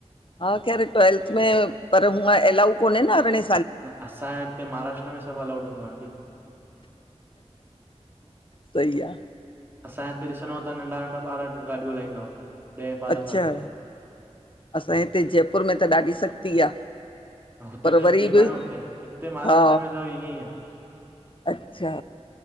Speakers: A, on the left; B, on the right.
A: हा ख़ैर ट्वेल्थ में पर हूअ एलाउ कोने न अरणहें
B: न असांजे हिते महाराष्ट्र में सभु अलाउड हूंदो आ आंटी।
A: सई आ।
B: असांजे हिते ॾिसदौ त नंढा नंढा ॿार गाॾियूं हलाईंदव ॾहें ॿारहें
A: अच्छा
B: साले जा।
A: असांजे हिते जयपुर में त ॾाढी सख़्ती आ।
B: हुते
A: पर
B: त
A: वरी
B: स्ट्रिक
A: बि
B: आहे न हुत्ते हिते महाराष्ट्र
A: हा
B: में त ईअं ई आ।
A: अच्छा